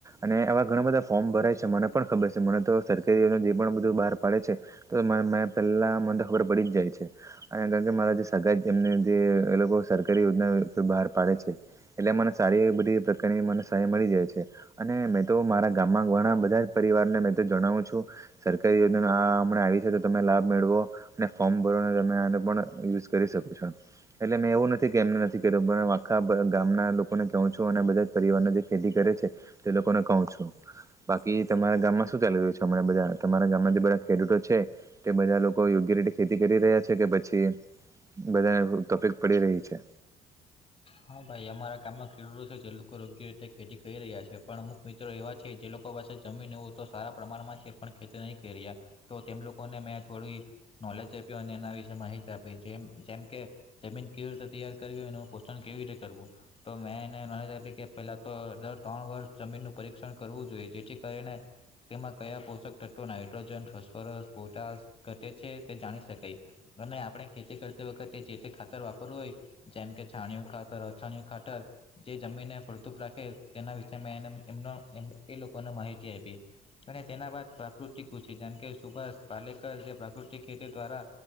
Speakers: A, on the right (about 20°); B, on the left (about 35°).
A: અને આવા ઘણા બધા ફોર્મ ભરાય છે મને પણ ખબર છે મને તો સરકારી જે પણ બધું બહાર પાડે છે તો પહેલા મને તો ખબર પડી જ જાય છે. અને કારણ કે મારા જે સગાય એમને જે એ લોકો સરકારી યોજના બહાર પાડે છે. એટલે, મને સારી એ બધી પ્રકારની મને સહાય મળી જાય છે અને મે, તો મારા ગામમાં ઘણા બધા પરિવારને મેં તો જણાવું છું. સરકારી યોજના હમણા આવી છે તો તમે લાભ મેળવો અને ફોર્મ ભરને તમે આ હું, પણ યુઝ કરી શકું છું. એટલે, મેં એવું નથી કે એમને નથી કેધું પણ આખા ગામના લોકોને કહું છું અને બધા જ પરિવારને જે ખેતી કરે છે. તે લોકોને કહું છું. બાકી તમારા ગામમાં શું ચાલી રહ્યું છે હમણાં બધા તમારા ગામમાં જે બધા ખેડૂતો છે તે બધા લોકો યોગ્ય રીતે ખેતી કરી રહ્યા છે કે પછી બધાંને ટોપિક પડી રહી છે.
B: હા ભાઈ, અમારા ગામમાં ખેડૂતો છે જે લોકો યોગ્ય રીતે ખેતી કરી રહ્યા છે પણ અમુક મિત્રો એવા છે જે લોકો પાસે જમીન એવું તો સારા પ્રમાણમાં છે પણ ખેતી નય કરી રહ્યા તો તેમ લોકોને મેં થોડી નોલેજ આપી અને એના વિશે માહિત આપી જેમ જેમ કે જમીન કેવી રીતે તૈયાર કરવી અને કેવી રીતે કરવું તો મેં એને નોલેજ આયપી કે પેલાં તો દર ત્રણ વર્ષ જમીનનું પરીક્ષણ કરવું જોઈએ જેથી કરીને તેમાં કયાં પોષક તત્વો નાઇટ્રોજન, ફસ્ફરસ, પોટશ ઘટે છે તે જાણી શકાય અને આપણે ખેતી કરતી વખતે જેતે ખાતર વાપરવું હોય જેમ કે છાણયું ખાતર, અછાણયું ખાતર જે જમીનને ફળદુપ રાખે તેના વિશે મેં એને એમનો એમ એ લોકોને માહિતી આયપી અને તેનાં બાદ પ્રાકૃતિક કૃષિ જેમ કે સુભાષ પાલેકર જે પ્રાકૃતિક ખેતી દ્વારા